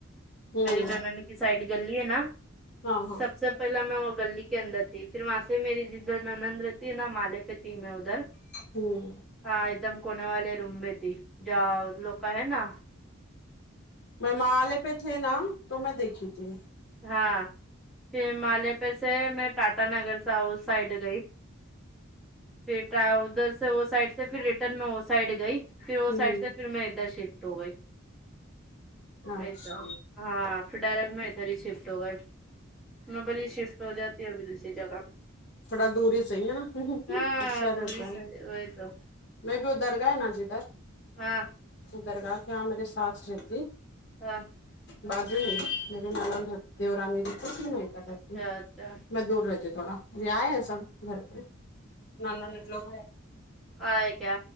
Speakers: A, on the left; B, in the centre.
A: ہوں
B: میری نند کی سائڈ گلی ہے نا
A: ہاں ہاں
B: سب سے پہلا میں وہ گلی کے اندر تھی پھر میں پھر میری جدھر نند رہتی ہے نہ مالے پے تھئ میں ادھر
A: ہوں
B: ہاں ایک دم کونے والے روم میں تھی جا ان لوگ کا ہے نا
A: میں مالے پہ تھی نا تو میں دیکھی تھی
B: ہاں پھر مالے پہ سے میں ٹاٹا نگر سے اس سائڈ گئی پھر ادھر سے وہ سائڈ سے پھر ریٹرن میں وہ سائڈ گئی پھر اس
A: ہوں
B: سائڈ سے پھر میں ادھر شفٹ ہو گئی
A: اچھا
B: ایسا ہاں پھر ڈائریکٹ میں ادھر ہی شفٹ ہو گئی میں بولی شفٹ ہو جاتی ہوں ا ابھی دوسری جگہ
A: تھوڑا دور ہی صحیح ہے نا
B: ہاں
A: اچھا
B: دوری
A: رہتا
B: سے
A: ہے
B: وہی تو
A: میں بھی درگا ہے نہ جدھر
B: ہاں
A: درگا کے یہاں میری ساس رہتی
B: ہاں
A: بازو ہی میری نند رہتی دیورانی رہتی پھر میں رہتی
B: اچھا اچھا
A: میں دور رہتی تھوڑا یہ آئے ہیں سب گھر پہ نند لوگ ہیں
B: آئیے کیا